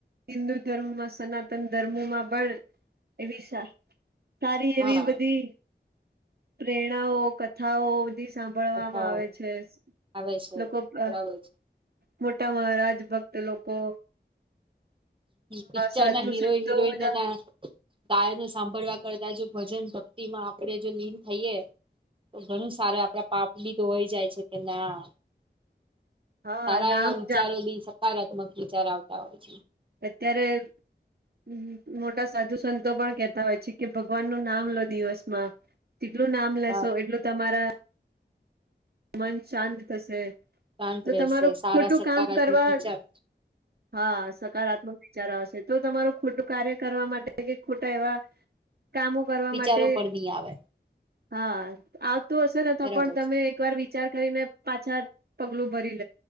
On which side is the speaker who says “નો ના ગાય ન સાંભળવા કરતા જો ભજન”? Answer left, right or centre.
Right